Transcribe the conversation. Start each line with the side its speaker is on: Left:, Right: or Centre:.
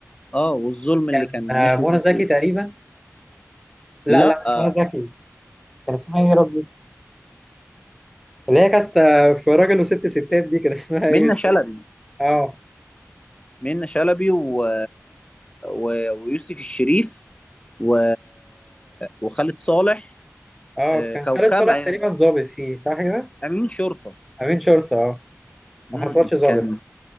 Left: اه والظلم اللي
Centre: كان
Left: كان
Centre: آه،
Left: ماشي
Centre: منى
Left: في
Centre: زكي تقريبا لا
Left: لا
Centre: لا
Left: آه
Centre: مش منى زكي كان اسمها ايه يا ربي اللي هي كانت آه، في راجل وست ستات دي كان اسمها ايه
Left: منة
Centre: مش
Left: شلبي
Centre: فاكر اه
Left: منة شلبي و... و... ويوسف الشريف و... وخالد صالح
Centre: اه
Left: آه
Centre: كان
Left: كوكبة
Centre: خالد صالح
Left: يعني
Centre: تقريبا ظابط فيه صح كده
Left: أمين شرطة
Centre: امين شرطة اه
Left: مم.
Centre: ما حصلش ظابط
Left: كان